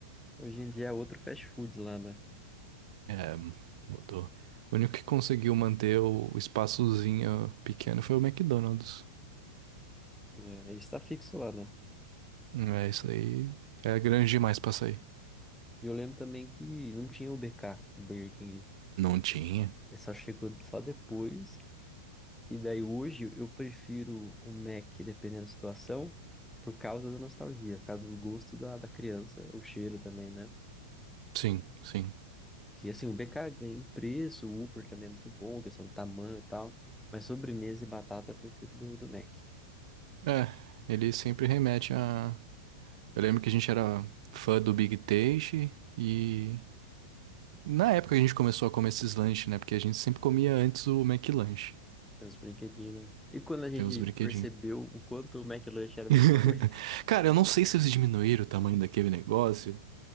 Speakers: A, in the centre; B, on the right (about 65°).
A: hoje em dia é outro fast food lá, né?
B: É, mudou. O único que conseguiu manter o o espaçozinho pequeno foi o McDonald's.
A: É, está fixo lá, né?
B: É, isso aí é grande demais pra sair.
A: E Eu lembro também que não tinha o BK, o Burger King.
B: Não tinha.
A: Ele só chegou só depois. E daí hoje eu prefiro o Mac, dependendo da situação, por causa da nostalgia, por causa do gosto da, da criança, o cheiro também, né?
B: Sim, sim.
A: Que assim, o BK ganha em preço, o Upper também é muito bom, questão do tamanho e tal. Mas sobremesa e batata eu prefiro do, do Mac.
B: É, ele sempre remete a Eu lembro que a gente era fã do Big Taste e na época a gente começou a comer esses lanches, né? Porque a gente sempre comia antes o McLanche,
A: É uns brinquedinhos, né? E quando a gente
B: que é os brinquedinhos.
A: percebeu o quanto o McLanche era
B: <laughs>
A: biscoito,
B: Cara, eu não sei se eles diminuíram o tamanho daquele negócio